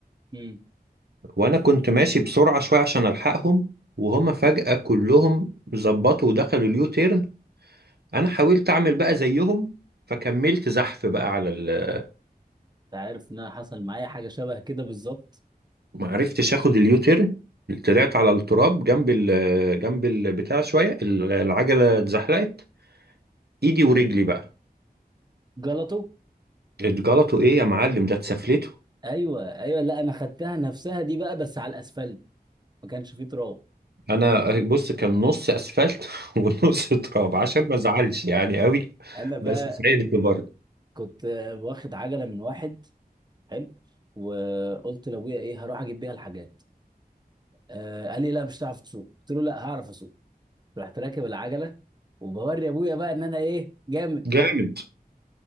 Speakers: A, on the right; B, on the right.
A: امم
B: وانا كنت ماشي بسرعة شوية عشان الحقهم وهم فجأة كلهم ظبطوا ودخلوا اليو تيرن انا حاولت اعمل بقى زيهم فكملت زحف بقى على ال...
A: انت عارف ان انا حصل معايا حاجة شبه كده بالظبط
B: ما عرفتش اخد اليوتيرن طلعت على التراب جنب ال... جنب البتاع شويه ال- العجله اتزحلقت ايدي ورجلي بقى
A: جلطه
B: اتجلطوا ايه يا معلم ده اتسفلته
A: ايوه ايوه لا انا خدتها نفسها دي بقى بس على الاسفلت ما كانش فيه تراب
B: انا بص كان نص اسفلت <laughs> ونص تراب عشان ما ازعلش يعني قوي
A: انا بقى
B: بس سعيد برضه
A: كنت واخد عجله من واحد حلو وقلت لابويا ايه هروح اجيب بيها الحاجات آه قال لي لا مش هتعرف تسوق قلت له لا هعرف اسوق رحت راكب العجله وبوري ابويا بقى ان انا ايه جامد
B: جامد